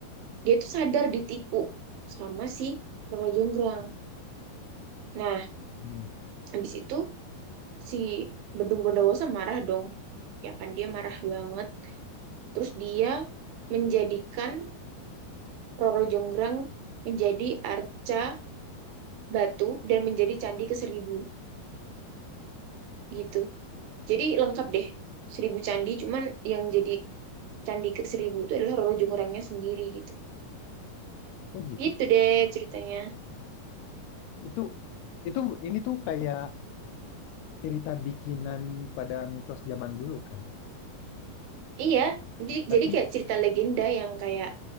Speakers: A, on the right (about 75°); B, on the left (about 85°).
A: Dia tuh sadar ditipu sama si Roro Jonggrang. Nah,
B: Hmm.
A: habis itu si Bandung Bondowoso marah dong ya kan dia marah banget terus dia menjadikan Roro Jonggrang menjadi arca batu dan menjadi candi ke seribu gitu jadi
B: Hah,
A: lengkap deh seribu candi cuman yang jadi candi ke seribu itu adalah Roro Jonggrangnya sendiri gitu
B: Oh gitu.
A: gitu deh ceritanya
B: Itu itu ini tuh kayak cerita bikinan pada mitos zaman dulu kan.
A: iya jadi,
B: Tapi
A: jadi kayak cerita legenda yang kayak